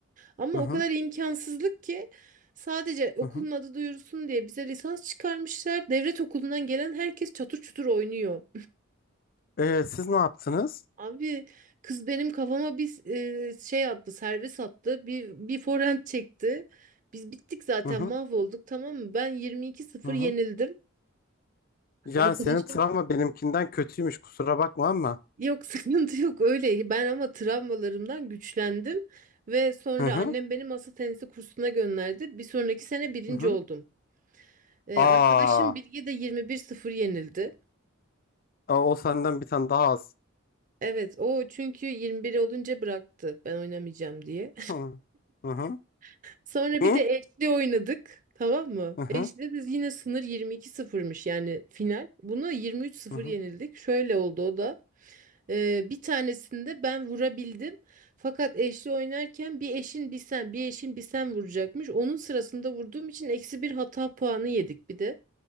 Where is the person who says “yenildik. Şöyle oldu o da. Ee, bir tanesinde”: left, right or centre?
Right